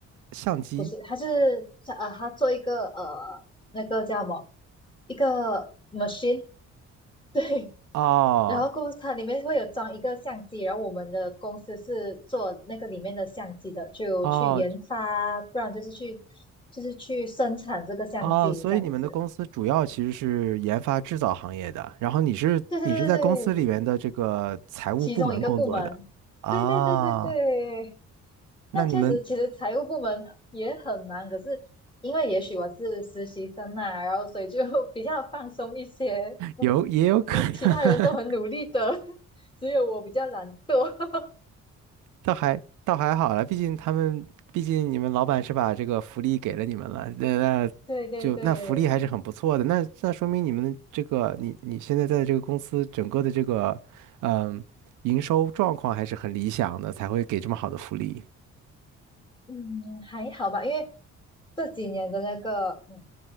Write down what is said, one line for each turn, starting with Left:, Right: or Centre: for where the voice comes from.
Right: 相机。
Left: 不是，它是呃，他做一个呃，那个叫什么，一个 machine，<laughs> 对，
Right: 哦
Left: 然后公司它里面会有装一个相机，然后我们的公司是做那个里面的相机的，就去研发，
Right: 哦
Left: 不然就是去就是去生产这个相机这样子。
Right: 哦，所以你们的公司主要其实是研发制造行业的，然后你是你是在公司里面的这个财务部门工作的。
Left: 对对对对对，其中一个部门。
Right: 啊，
Left: 对对对对对，那确实，
Right: 那你们
Left: 其实财务部门也很忙，可是因为也许我是实习生呐、然后所以就 <laughs> 比较放松一些。不
Right: 有也有可能，
Left: 不，其他人都很努力的，
Right: <laughs>
Left: <laughs> 只有我比较懒惰。
Right: 倒还倒还好了，毕竟他们，毕竟你们老板是把这个福利给了你们了，那那就那福利还是很不错的，
Left: <laughs> 对对对。
Right: 那那说明你们这个你你现在在这个公司整个的这个嗯营收状况还是很理想的，才会给这么好的福利。
Left: 嗯，还好吧，因为这几年的那个嗯